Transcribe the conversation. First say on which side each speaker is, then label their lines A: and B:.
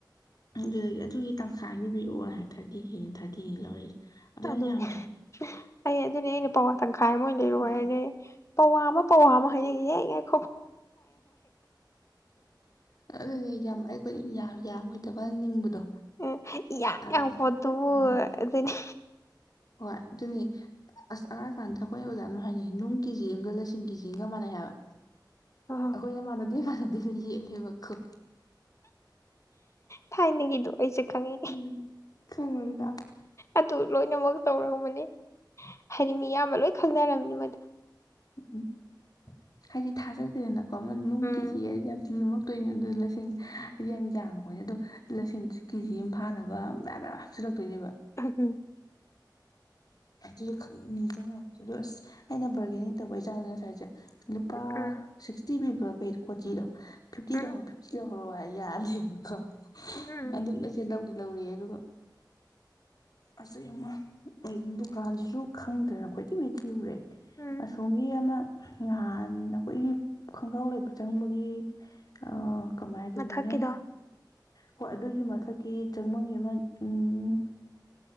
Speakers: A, on the left; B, on the left.
A: ꯑꯗꯨꯗꯒꯤ ꯑꯗꯨꯒꯤ ꯇꯪꯈꯥꯏ ꯑꯃ ꯄꯤꯕꯤꯔꯛꯑꯣ ꯍꯥꯏ ꯊꯥꯔꯇꯤꯒꯤꯅꯤ ꯊꯥꯔꯇꯤꯒꯤꯅꯤ ꯂꯧꯔꯛꯏꯁ ꯑꯗꯨ ꯌꯥꯝ
B: ꯑꯗꯨꯅꯦ
A: ꯌꯥꯝꯗ꯭ꯔꯥ
B: ꯑꯩ ꯑꯗꯨꯅꯦ ꯑꯩꯅ ꯄꯥꯝ ꯇꯪꯈꯥꯏ ꯑꯃ ꯑꯣꯏꯅ ꯂꯩꯔꯨ ꯍꯥꯏꯔꯒꯦ ꯄꯋꯥ ꯑꯃ ꯄꯋꯥ ꯑꯃ ꯍꯥꯏꯅꯩ <unintelligible>
A: ꯑꯗꯨꯗꯤ ꯌꯥꯝ ꯑꯩ ꯑꯩꯈꯣꯏ ꯌꯥꯝ ꯌꯥꯝꯃꯣꯏꯗꯕ ꯅꯤꯡꯕꯗꯣ
B: ꯎꯝ ꯏꯌꯥꯡ
A: ꯑꯗꯨꯒ
B: ꯌꯥꯡꯕ ꯄꯣꯠꯇꯨꯕꯨ
A: ꯎꯝ
B: ꯑꯗꯨꯅꯤ
A: ꯍꯣꯏ ꯑꯗꯨꯅꯤ ꯑꯁ ꯑꯔꯥꯏ ꯀꯥꯟꯗ ꯑꯩꯈꯣꯏ ꯑꯣꯖꯥꯅ ꯍꯥꯏꯅꯤ ꯅꯨꯡ ꯀꯦꯖꯤ ꯑꯃꯒ ꯂꯤꯁꯤꯡ ꯀꯦꯖꯤ ꯑꯃꯒ ꯃꯥꯟꯅꯩ ꯍꯥꯏꯕ
B: ꯑ
A: ꯑꯩꯈꯣꯏꯅ ꯃꯥꯟꯅꯗꯦ ꯃꯥꯟꯅꯗꯦꯅ ꯌꯦꯠꯂꯦꯕꯀꯣ
B: ꯊꯥꯏꯅꯒꯤꯗꯣ ꯑꯩꯁꯦ ꯈꯪꯉꯤ
A: ꯎꯝ ꯈꯪꯕꯗꯨꯗ
B: ꯑꯗꯨ ꯂꯣꯏꯅꯃꯛ ꯇꯧꯔꯕꯅꯤ ꯍꯥꯏꯗꯤ ꯃꯤꯌꯥꯝꯅꯥ ꯂꯣꯏ ꯈꯪꯅꯔꯝꯅꯤ ꯃꯗꯨ
A: ꯎꯝ ꯍꯥꯏꯗꯤ ꯊꯥꯖꯗꯦꯗꯅ ꯀꯃꯟ ꯅꯨꯡ
B: ꯎꯝ
A: ꯀꯦꯖꯤ ꯍꯥꯏꯁꯦ ꯌꯥꯝ ꯊꯤꯅꯥ ꯂꯨꯝꯃꯛ ꯇꯣꯏꯅꯤ ꯑꯗꯨ ꯂꯁꯤꯡ ꯌꯥꯝ ꯌꯥꯪꯕꯅꯤꯅꯥ ꯑꯗꯣ ꯂꯁꯤꯡꯗꯨꯁꯨ ꯀꯦꯖꯤ ꯑꯃ ꯐꯥꯅꯕ ꯃꯌꯥꯝ ꯃꯌꯥꯝꯁꯨ ꯍꯥꯞ ꯆꯤꯟꯂꯛ ꯇꯣꯏꯅꯦꯕ
B: ꯎꯝ
A: ꯑꯗꯨꯁꯨ ꯈꯅꯤꯡ ꯅꯤꯡꯖꯡꯉꯛꯗ ꯂꯣꯏ ꯑꯁ ꯑꯩꯅ ꯕꯥꯔꯒꯦꯅꯤꯡ ꯇꯧꯕꯩ ꯆꯥꯡꯁꯦ ꯉꯁꯥꯏꯁꯦ ꯂꯨꯄꯥ
B: ꯎꯝ
A: ꯁꯤꯛꯁꯇꯤ ꯄꯤꯕ꯭ꯔꯥ ꯑꯣꯏ ꯀꯣꯆꯤꯗꯣ ꯐꯤꯐꯇꯤ
B: ꯎꯝ
A: ꯂꯧꯍꯧꯔꯣ ꯐꯤꯐꯇꯤ ꯂꯧꯍꯧꯔꯣ ꯌꯥꯗꯦꯕꯀꯣ
B: ꯎꯝ
A: ꯑꯃꯨꯛꯀꯁꯨ ꯂꯧꯕ ꯂꯥꯛ ꯂꯧꯔꯑꯦ ꯑꯗꯨꯒ ꯑ ꯑꯃ ꯎꯝ ꯂꯨꯛ ꯈꯪꯗ꯭ꯔꯥꯗꯅ ꯀꯣꯏꯊꯤ ꯀꯣꯢꯊꯤ ꯊꯤꯔꯨꯔꯦ
B: ꯎꯝ
A: ꯑꯁꯣꯝꯒꯤ ꯑꯃ ꯉꯍꯥꯟ ꯑꯩꯈꯣꯏꯒꯤ ꯈꯣꯡꯒ꯭ꯔꯥꯎ ꯂꯩ ꯆꯪꯕꯒꯤ ꯑ ꯀꯃꯥꯏ ꯍꯥꯏꯗꯣꯏꯅꯣꯅꯦ
B: ꯃꯊꯛꯀꯤꯗꯣ
A: ꯍꯣꯏ ꯑꯗꯨꯒꯤ ꯃꯊꯛꯀꯤ ꯆꯪꯐꯝꯒꯤ ꯑꯃ ꯎꯝ